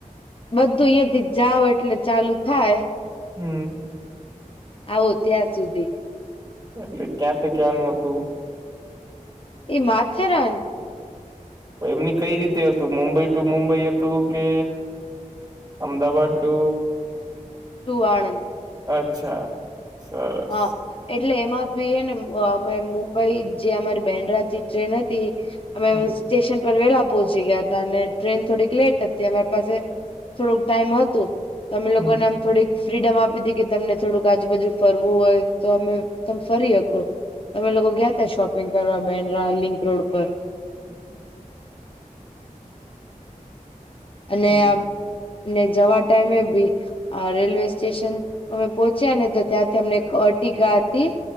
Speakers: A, on the left (about 40°); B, on the right (about 30°).
A: બધું અહિયાં થી જાઓ, એટલે ચાલુ થાય.
B: હમ.
A: આવો ત્યાં સુધી.
B: એટલે ક્યાંથી ક્યાનું હતું?
A: એ માથેરાન.
B: એમની કઈ રીતે હતું, મુંબઈ ટુ મુંબઈ હતું કે? અમદાવાદ ટુ
A: તું આણંદ.
B: અચ્છા, સરસ.
A: હા એટલે એમાં ભી એ ને, અ મુંબઈ જે અમારી બેડરાથી ટ્રેન હતી. અમે
B: હમ
A: સ્ટેશન પર વેલા પહોંચી ગયા હતા, અને ટ્રેન થોડીક લેટ હતી, અમારી પાસે. થોડુંક ટાઈમ હતું, તમે
B: હમ
A: લોકોને આમ થોડીક ફ્રીડમ આપી હતી કે, તમને થોડુંક આજુબાજુ‌. ફરવું હોય, તો અમે તમે ફરી હકો. અમે લોકો ગયા તા, શોપિંગ કરવા, બેડ્ર લિંક રોડ પર.
B: હમ.
A: અને
B: હમ
A: આમ જવા ટાઈમે બી. આ રેલવે સ્ટેશન અમે પોહોંચ્યા ને, તો ત્યાંથી અમને એક અર્ટિગા હતી.